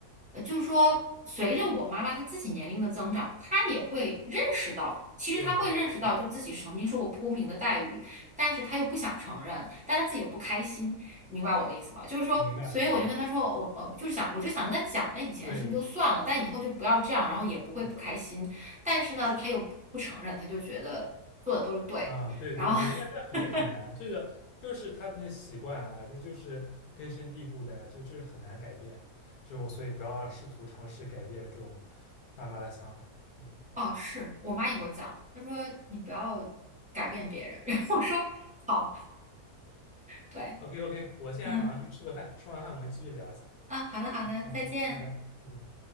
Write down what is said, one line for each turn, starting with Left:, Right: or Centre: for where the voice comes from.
Centre: 呃就是说随着我妈妈她自己年龄的增长，她也会认识到，其实她会认识到，
Left: 对对，是的，
Centre: 就自己曾经受过不公平的待遇，但是她又不想承认，
Left: 嗯
Centre: 但她自己又不开心。明白我的意思吗？就是说，
Left: 我明白我明白，
Centre: 所以我就跟他说，我我就是想，我就想跟他讲，那以前的事情就算了，
Left: 对，
Centre: 但以后就不要这样，然后也不会不开心。
Left: 是的。
Centre: 但是呢，他又不承认，他就觉得做的都是对的。
Left: 啊，对对对，
Centre: 然后，
Left: 那那肯定很难，
Centre: <laughs>
Left: 这个就是他们的习惯啊，这就是根深蒂固的呀、就就是很难改变，就是我，所以不要试图尝试改变这种爸妈的想法。嗯
Centre: 哦，是我妈也给我讲了，她说你不要改变别人。<laughs> 然后我说好，对，
Left: ，OK 嗯 OK，我现在马上去吃个饭，
Centre: 嗯，
Left: 吃完饭我们继续聊一下。
Centre: 啊，好的好的，
Left: 好，
Centre: 再见。
Left: 好拜拜。嗯。